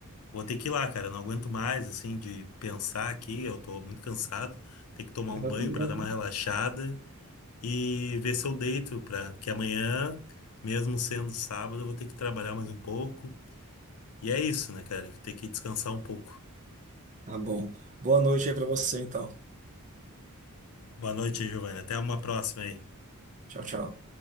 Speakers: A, on the left; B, on the right.
A: vou ter que ir lá, cara. Eu não aguento mais, assim, de pensar aqui, eu tô muito cansado. Tem que tomar um
B: Eu
A: banho
B: também.
A: para dar uma relaxada e ver se eu deito, pra, porque amanhã, mesmo sendo sábado, eu vou ter que trabalhar mais um pouco. E é isso, né, cara? Tem que descansar um pouco.
B: Tá bom. Boa noite aí pra você, então.
A: Boa noite, Giovanna. Até uma próxima aí.
B: Tchau, tchau.